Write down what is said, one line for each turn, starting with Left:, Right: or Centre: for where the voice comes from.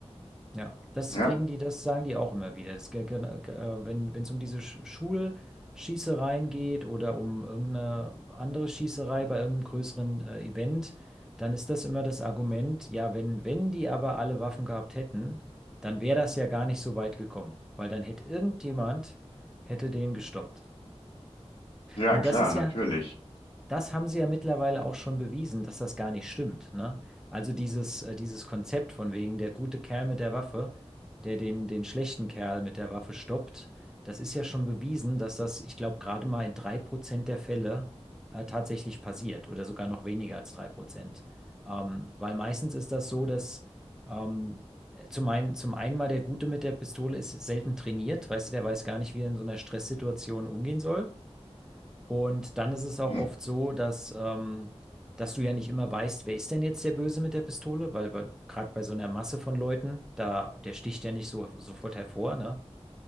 Centre: Ja, das
Left: Ja,
Centre: kriegen die, das sagen die auch immer wieder. Das, ge- ge- äh, wenn wenn es um diese Sch- Schulschießereien geht oder um irgendeine andere Schießerei bei irgendeinem größeren äh, Event, dann ist das immer das Argument, ja, wenn, wenn die aber alle Waffen gehabt hätten, dann wäre das ja gar nicht so weit gekommen, weil dann hätte irgendjemand, hätte den gestoppt.
Left: ja,
Centre: Und
Left: klar,
Centre: das ist
Left: natürlich.
Centre: ja, das haben sie ja mittlerweile auch schon bewiesen, dass das gar nicht stimmt, ne? Also dieses, äh, dieses Konzept von wegen der gute Kerl mit der Waffe, der den, den schlechten Kerl mit der Waffe stoppt, das ist ja schon bewiesen, dass das, ich glaube, gerade mal in 3% der Fälle äh, tatsächlich passiert oder sogar noch weniger als 3%. Ähm, weil meistens ist das so, dass ähm, zum einen, zum einen mal der Gute mit der Pistole ist selten trainiert, weißt du, der weiß gar nicht, wie er in so einer Stresssituation umgehen soll. Und dann ist es auch
Left: Hm.
Centre: oft so, dass, ähm, dass du ja nicht immer weißt, wer ist denn jetzt der Böse mit der Pistole, weil, weil gerade bei so einer Masse von Leuten, da, der sticht ja nicht so sofort hervor, ne?